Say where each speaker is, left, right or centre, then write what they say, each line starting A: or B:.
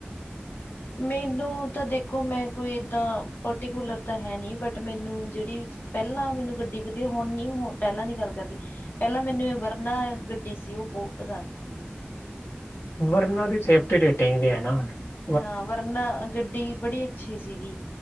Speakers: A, on the left; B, on the left.
A: ਮੈਨੂੰ ਤਾਂ ਦੇਖੋ ਮੈਂ ਕੋਈ ਇੱਦਾਂ ਪਰਟੀਕੂਲਰ ਤਾਂ ਹੈ ਨਹੀਂ ਬਟ ਮੈਨੂੰ ਜਿਹੜੀ ਪਹਿਲਾਂ ਮੈਨੂੰ ਗੱਡੀ ਵਧੀਆ ਹੁਣ ਨੀ ਪਹਿਲਾਂ ਦੀ ਗੱਲ ਕਰਦੀ ਪਹਿਲਾਂ ਮੈਨੂੰ ਇਹ ਵਰਨਾ ਗੱਡੀ ਸੀ ਉਹ ਬਹੁਤ ਪਸੰਦ ਸੀਗੀ
B: ਵਰਨਾਂ ਦੀ ਸੇਫਟੀ ਰੇਟਿੰਗ ਵੀ ਹੈ ਨਾ ਹੁ
A: ਹਾਂ ਵਰਨਾ ਗੱਡੀ ਬੜੀ ਅੱਛੀ ਸੀਗੀ